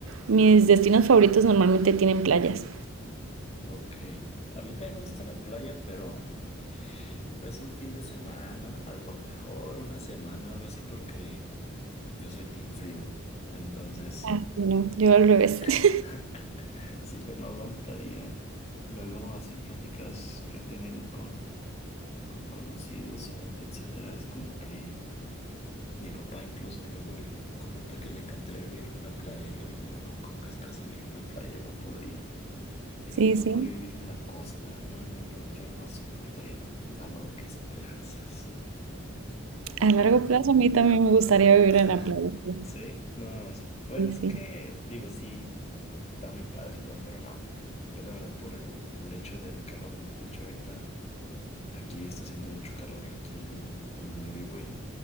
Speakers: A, on the right (about 80°); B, on the left (about 30°).
A: mis destinos favoritos normalmente tienen playas.
B: ok. A mí también me gusta la playa, pero pues un fin de semana, a lo mejor una semana, algo así, porque Yo soy team frío, entonces
A: Ah, sí, no, yo al revés. <laughs>
B: <laughs> sí, yo no aguantaría. Luego así pláticas que he tenido con, con conocidos o etcétera, es como que mi papá incluso luego él comenta que le encantaría vivir en una playa y yo le digo, no, ¿cómo crees que vas a vivir en una playa? Yo no podría. Dije,
A: Sí,
B: yo no
A: sí.
B: podría vivir en la costa, no, no, no, yo no soportaría el calor, qué esperanzas.
A: A
B: Pero
A: largo plazo a mí también me gustaría vivir
B: <laughs>
A: en la playa. Sí,
B: sí, no, es, bueno,
A: sí.
B: es que
A: sí.
B: digo, sí. está muy padre y todo, pero no. Yo la verdad por el, el hecho del calor, ¿no? De hecho ahorita aquí está haciendo mucho calor, aquí en donde yo vivo y